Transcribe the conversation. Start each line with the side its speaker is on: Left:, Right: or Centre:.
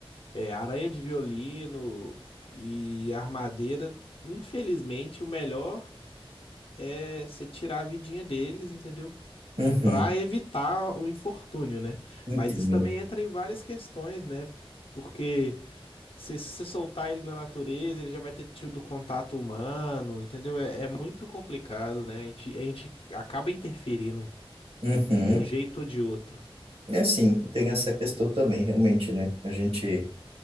Left: é, aranha de violino e armadeira, infelizmente, o melhor é você tirar a vidinha deles, entendeu?
Right: uhum,
Left: para evitar o infortúnio, né?
Right: entendo.
Left: Mas isso também entra em várias questões, né? Porque se você soltar ele na natureza, ele já vai ter tido contato humano, entendeu? É, é muito complicado, né? A gente, a gente acaba interferindo
Right: Uhum.
Left: de um jeito ou de outro.
Right: É assim, tem essa questão também, realmente, né? A gente